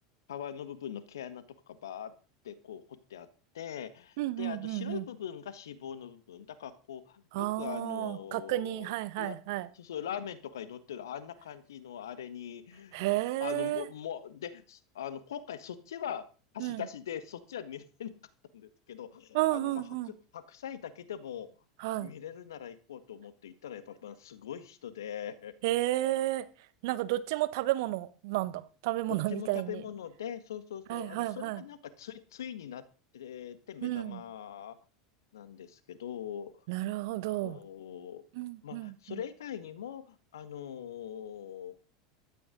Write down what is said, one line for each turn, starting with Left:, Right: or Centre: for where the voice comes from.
Left: 皮の部分の毛穴とかがバーってこう掘ってあって、
Right: うんうんうんうん。
Left: で、あの、白い部分が脂肪の部分。だから、こう、
Right: ああ。
Left: よくあの、
Right: 確認。はいはいはい。
Left: ラそうそう、ラーメンとかに乗ってるあんな感じのあれに、
Right: へ
Left: あの、もう、
Right: え。
Left: もうで、あの、今回そっちは、貸し出しで、
Right: うん。
Left: そっちは見れんですけど、
Right: うんうんうん。
Left: あの、まあ、白、白菜だけでも見れるなら行こうと思って行ったら、
Right: は
Left: やっぱ、まあ、すごい人で、
Right: い。へえ。なんかどっちも食べ物なんだ。食べ物みたいに。
Left: どっちも食べ物で、そうそうそう、
Right: はいはいはい。
Left: あの、それがなんかつい、ついになってて、目玉
Right: うん。
Left: なんですけど、
Right: なるほど。
Left: そう、
Right: うん、
Left: まあ、
Right: うん、
Left: それ以外にも、
Right: うん。
Left: あのー